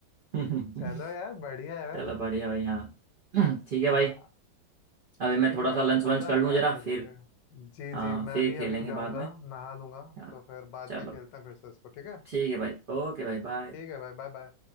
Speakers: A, on the right (about 60°); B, on the left (about 75°).
A: हम्म
B: चलो यार बढ़िया है
A: <laughs> चलो बढ़िया भाई हाँ <clears throat> ठीक है
B: हाँ
A: भाई अभी
B: ठीक
A: मैं थोड़ा
B: है यार
A: सा लंच
B: मज़ा
A: वंच कर लूँ
B: आ गया
A: जरा
B: खेल
A: फिर
B: के जी
A: हाँ
B: जी मैं
A: फिर
B: भी
A: खेलेंगे
B: अभी जाऊंगा
A: बाद में
B: नहा लूंगा
A: हाँ
B: तो फिर बाद
A: चलो
B: में खेलते हैं फिर से इसको ठीक है
A: ठीक है भाई ओके भाई बाय
B: ठीक है भाई Bye bye